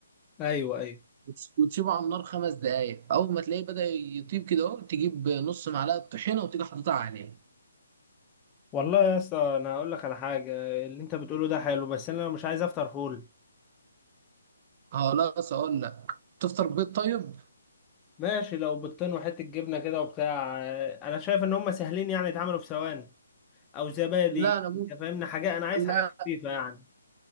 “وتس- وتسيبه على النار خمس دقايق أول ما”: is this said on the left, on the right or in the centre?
Right